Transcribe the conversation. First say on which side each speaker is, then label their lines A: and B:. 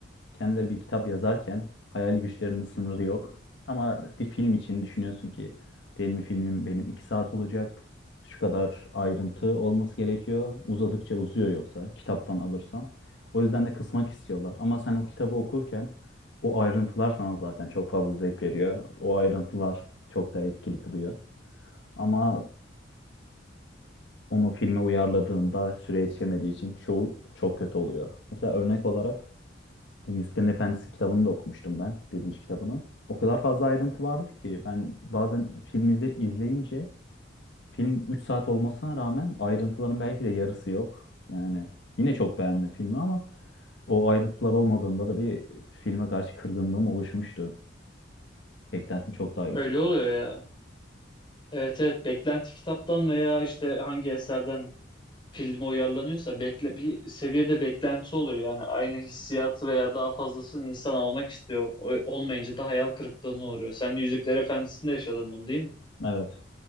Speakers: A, on the left (about 70°); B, on the left (about 25°).
A: kendileri bir kitap yazarken hayal güçlerinin sınırı yok. Ama bir film için düşünüyorsun ki değil mi filmim benim iki saat olacak, şu kadar ayrıntı olması gerekiyor. Uzadıkça uzuyor yoksa kitaptan alırsan. O yüzden de kısmak istiyorlar. Ama sen o kitabı okurken o ayrıntılar sana zaten çok fazla zevk veriyor. O ayrıntılar çok da etkili kılıyor. Ama onu filme uyarladığında süre yetişemediği için çoğu çok kötü oluyor. Mesela örnek olarak Yüzüklerin Efendisi kitabını da okumuştum ben, birinci kitabını. O kadar fazla ayrıntı vardı ki ben bazen film izle- izleyince film 3 saat olmasına rağmen ayrıntıların belki de yarısı yok. Yani yine çok beğendim filmi ama o ayrıntılar olmadığında da bir filme karşı kırgınlığım oluşmuştu. Beklentim çok daha yüksek.
B: Öyle oluyor ya. Evet evet beklenti kitaptan veya işte hangi eserden filme uyarlanıyorsa bekle bir seviyede beklenti oluyor. Yani aynı hissiyatı veya daha fazlasını insan almak istiyor. O- olmayınca da hayal kırıklığına uğruyor. Sen Yüzükler Efendisi'nde yaşadın bunu değil mi?
A: Evet.